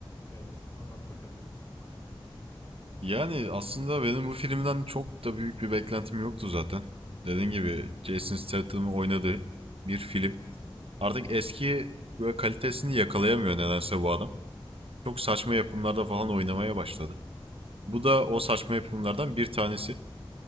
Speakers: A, on the left; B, on the right.
A: Evet, anlat bakalım.
B: Yani aslında benim bu filmden çok da büyük bir beklentim yoktu zaten. Dediğim gibi Jason Statham'ın oynadığı bir film. Artık eski böyle kalitesini yakalayamıyor nedense bu adam. Çok saçma yapımlarda falan oynamaya başladı. Bu da o saçma yapımlardan bir tanesi.